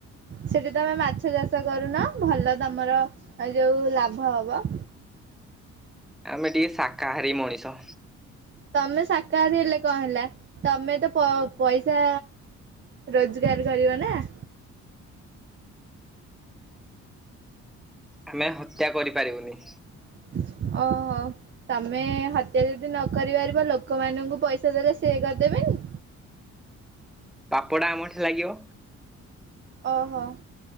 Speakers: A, on the right; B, in the centre.
A: ସେଠି ତମେ ମାଛ ଚାଷ କରୁନ ଭଲ ତମର ଏ ଯୋଉ ଲାଭ ହବ।
B: ଆମେ ଟିକେ ଶାକାହାରୀ ମଣିଷ।
A: ତମେ ଶାକାହାରୀ ହେଲେ କଣ ହେଲା। ତମେ ତ ପ ପଇସା ରୋଜଗାର କରିବ ନାଁ।
B: ଆମେ ହତ୍ୟା କରିପାରିବୁନି।
A: ଅ ହ। ତମେ ହତ୍ୟା ଯଦି ନ କରି ପାରିବ ଲୋକମାନଙ୍କୁ ପଇସା ଦେଲେ ସେ କରିଦେବେନି।
B: ପାପଟା ଆମଠି ଲାଗିବ।
A: ଓହୋ